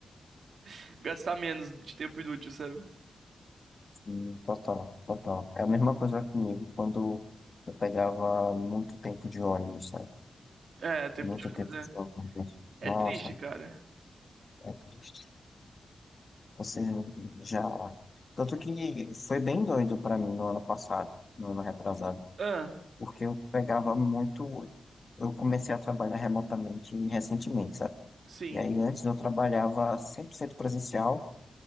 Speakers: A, on the right (about 70°); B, on the left (about 40°).
A: <laughs> gastar menos de tempo inútil, sabe?
B: sim, total, total. É a mesma coisa comigo quando eu pegava muito tempo de ônibus, sabe?
A: É, tempo
B: Muito
A: de ônibus
B: tempo
A: é,
B: de ônibus.
A: é
B: Nossa,
A: triste, cara.
B: é triste. Você já. Tanto que foi bem doido pra mim no ano passado, no ano retrasado,
A: Ah,
B: porque eu pegava muito. Eu comecei a trabalhar remotamente recentemente, sabe?
A: sim.
B: E aí antes eu trabalhava 100% presencial